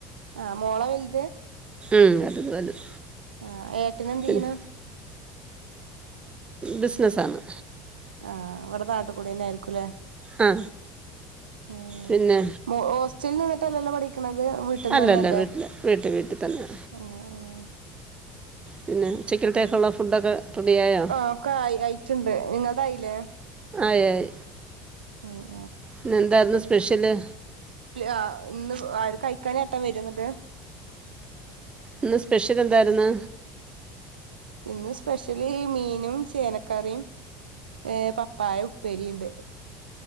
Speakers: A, on the right; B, on the right.
A: ആഹ് മോളാ വൽത്
B: ഉം അത് വലുത്
A: ആഹ് ഏട്ടനെന്തീയ്യ്ണ്?
B: പിന്നെ ബിസ്നസ്സാണ്.
A: ആഹ് അവടെ നാട്ടുകൂടെന്നായിരിക്കുല്ലേ
B: ആ
A: ഏ
B: പിന്നെ
A: മോ ഹോസ്റ്റൽന്ന് ട്ടല്ലല്ലോ പഠിക്കണത് വീട്ടിൽ നിന്ന്
B: അല്ലല്ല
A: തന്നെയല്ലേ
B: വീട്ടില് വീട്ട് വീട്ട്തന്നെ
A: ആ ആ
B: പിന്നെ ഉച്ചക്കൽത്തേക്കുള്ള ഫുഡൊക്കെ റെഡിയായോ
A: ആഹ് ഒക്കെ ആയി അയിറ്റ് ണ്ട് ങ്ങളതായിലെ
B: ആയി ആയി
A: ആയി
B: ഇന്നേന്തായിരുന്നു സ്പെഷ്യല്
A: ആ ഇന്ന് ആര് കഴിക്കാനേട്ടൻ വരോന്ന്ട്ട്
B: ഇന്ന് സ്പെഷ്യൽ എൻ ന്തായിരുന്നു
A: ഇന്ന് സ്പെഷ്യല് മീനും ചേനക്കറിയും ഏ പപ്പായഉപ്പേരീണ്ട്.